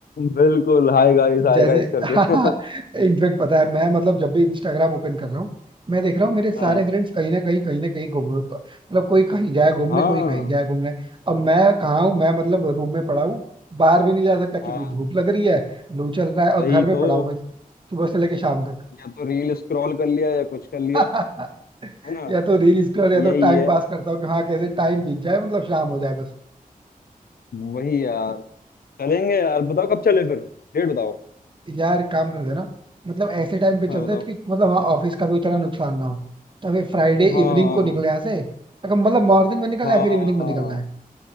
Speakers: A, on the left; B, on the right.
A: बिल्कुल हाय गाइस हाय
B: जैसे
A: गाइस करके
B: <laughs>
A: <laughs>
B: इनफेक्ट पता है मैं मतलब जब भी इंस्टाग्राम ओपन कर रहा हूँ मैं देख रहा हूँ मेरे सारे
A: हाँ
B: फ्रेंड्स कहीं ना कहीं कहीं ना कहीं घूम मतलब कोई कहीं गया है घूमने
A: हाँ
B: कोई कहीं गया है घूमने अब मैं कहाँ हूँ मैं मतलब रूम में पड़ा हूँ बाहर भी नहीं जा सकता क्योंकि
A: हाँ
B: धूप लग रही है लू चल रहा है और
A: वही
B: घर में
A: तो
B: पड़ा हूँ बस सुबह से लेके शाम तक
A: या तो रील स्क्रॉल कर लिया या कुछ कर लिया
B: <laughs>
A: है ना
B: या तो रील स्क्रॉल या तो
A: यही
B: टाइम
A: है
B: पास करता हूँ कि हाँ कैसे टाइम बीत जाए मतलब शाम हो जाए बस
A: वही यार चलेंगे यार बताओ कब चले फिर डेट बताओ
B: यार काम करते हैं ना मतलब ऐसे टाइम पे चलते
A: हाँ बताओ
B: हैं कि मतलब हाँ ऑफिस का भी उतना नुकसान ना हो तो फिर फ्राइडे
A: हाँ
B: इवनिंग को निकले यहाँ से अगर मतलब मॉर्निंग में निकलना
A: हाँ
B: है फिर इवनिंग में निकलना है